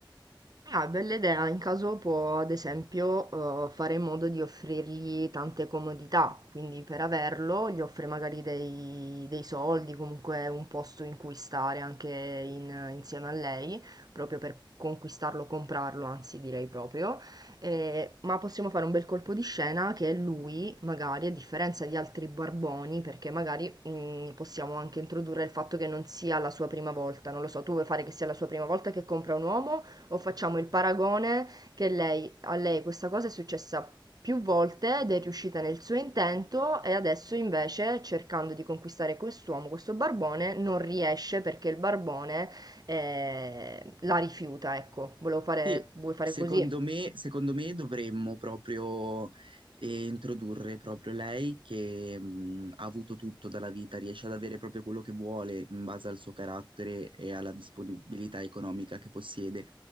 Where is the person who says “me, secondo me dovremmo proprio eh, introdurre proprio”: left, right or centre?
Right